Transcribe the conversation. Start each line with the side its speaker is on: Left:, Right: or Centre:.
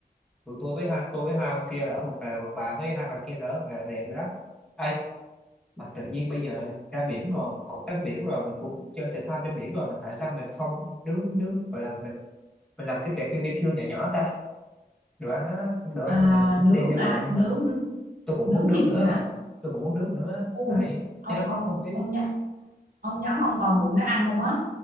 Centre: tụi tôi với hai tôi với hai ông kia là ở một lều còn bà với hai bà kia là ở một lều đẹp rồi đó Ê, mà tự nhiên bây giờ ra biển rồi mình cũng tắm biển rồi mình cũng chơi thể thao trên biển rồi mà tại sao mình không nướng nướng gọi là mình mình làm cái đẹp BBQ nhỏ nhỏ ta đồ ăn á, đồ ăn
Right: à,
Centre: là mình
Right: nướng
Centre: đem theo
Right: à
Centre: rồi nhưng
Right: nướng
Centre: mà
Right: nướng,
Centre: tôi cũng
Right: nướng
Centre: muốn nướng
Right: thịt
Centre: nữa
Right: hả
Centre: bà tôi cũng muốn nướng nữa
Right: ui
Centre: tại
Right: ông
Centre: cho nó khó
Right: ông
Centre: không khí
Right: ông nhắm ông nhắm ông còn bụng để ăn không á